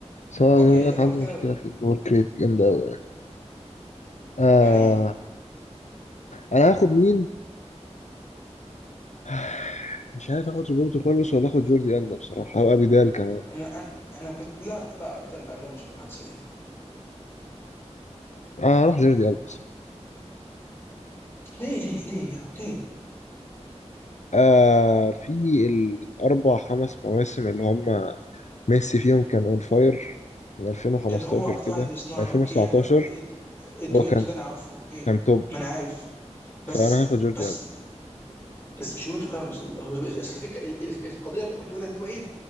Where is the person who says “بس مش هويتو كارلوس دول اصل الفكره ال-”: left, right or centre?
Left